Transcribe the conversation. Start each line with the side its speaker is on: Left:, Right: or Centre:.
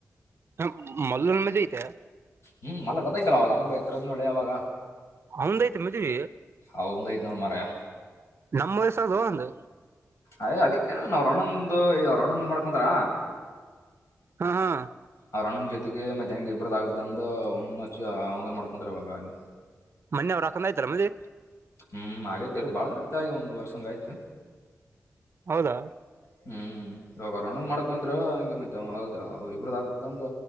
Right: ಹ ಮಲ್ಲಲ್ ಮಜೆ ಐತೆ
Left: ಹ್ಮ್ ಅಲ್ಲೆ ಗೊತ್ತಾಗ್ಲ್ ಅವ ಲಂಬ ಅಳೆವಾಗ
Right: ಅವಂದ ಐತೆ ಮದ್ವಿ
Left: ಅವಂದಐನೋಳ ಮೆಯ
Right: ನಮ್ಮ್ ವಯಸ್ಸದು ಒಂದು
Left: ಅಯ್ ಅದಿಕ್ಕೆ ನನ್ ಅವ್ರಣೊಂದು ಅವ್ರನ್ನೊಂದ್ ಮಾಡ್ಕೊಂತಾರ
Right: ಹಾ ಹಾ
Left: ಅವ್ರ ಅಣ್ಣನ್ ಜೊತೆಗೆ ಮತ್ತೆ ಹೆಂಗೆ ಇಬ್ಬರದದು ಆಗ್ದಂದ ಒಚ್ಚು ಅವಂದ ಮಾಡ್ಕೊಂತಾರ ಇವಾಗ ಹಂಗೆ
Right: ಮನೆವ್ರು ಹಾಕೊಂಡ್ ಆಐತಾರ ಮದೆ
Left: ಹ್ಮ್ ಆತಿರ ಭಾಳ ಜನ ಆಯ್ತ ಆಗ ಒಂದ್ ವರ್ಷ ಹಂಗ ಆಯ್ತು
Right: ಹೌದಾ
Left: ಹ್ಮ್ ಇವಾಗಣಂದ್ ಮಾಡ್ಕ ಕುಂತರ ಹಂಗೆ ಮ ಇಬ್ರದ ತಂದ